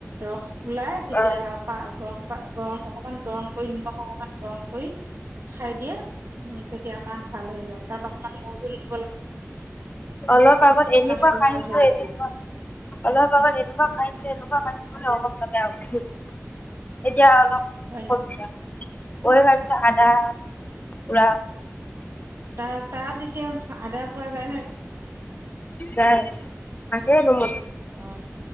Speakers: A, on the right; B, on the left.
A: ৰস ওলাই তেতিয়া
B: অ
A: পা -ঘ গৰম অকমান গৰম কৰি, নিমখ অকমান গৰম কৰি, খাই দিয়া। উম। তেতিয়া কাহ ভাল হৈ যায়। তাত অকণমান মৌ-জোল দি।
B: অলপ আগত এনেকুৱা
A: কাহটো
B: কাঁহিছো।
A: ভাল হৈ যায়
B: এনেকুৱা। অলপ আগত এনেকুৱা কাঁহিছো এনেকুৱা কাহিছ অৱস্থা বেয়া হৈ গৈছে। এতিয়া অলপ
A: হয়
B: কমিছে।
A: নেকি
B: অই <inaudible> চা-আদা পোৰা
A: ত তাত এতিয়া আদা পোৱা যায় ন
B: যাই আাকে ন ম।
A: অহ ',